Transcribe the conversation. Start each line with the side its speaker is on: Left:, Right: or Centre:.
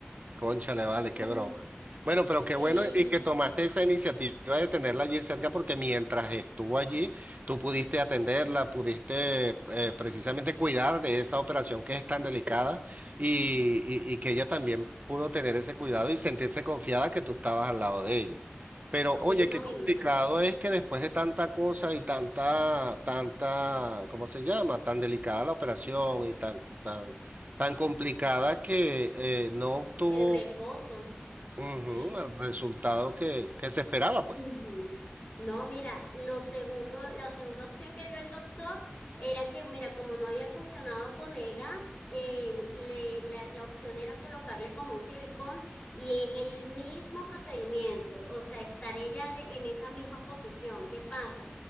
Right: Cónchale, vale,
Left: Mm,
Right: qué broma. Bueno, pero
Left: sí,
Right: qué bueno y que tomaste esa iniciativa de tenerla allí cerca porque mientras estuvo allí, tú pudiste atenderla, pudiste eh, precisamente cuidar de esa operación que es tan delicada y, y- y que ella también pudo tener ese cuidado y sentirse confiada que tú estabas al lado de ella. Pero oye,
Left: sí, no,
Right: qué
Left: mi
Right: complicado
Left: mamá.
Right: es que después de tanta cosa y tanta, tanta, ¿cómo se llama? Tan delicada la operación y tan, tan, tan complicada que eh, no obtuvo
Left: El reposo,
Right: Ujú,
Left: sí.
Right: el resultado que, que se esperaba, pues.
Left: Mm, No, mira, lo segundo, la segunda opción que dio el doctor era que, mira, como no había funcionado con EGAS, eh, le- la, la opción era colocarle como un silicón y es el mismo procedimiento, o sea, estar ella de- en esa misma posición. ¿Qué pasa?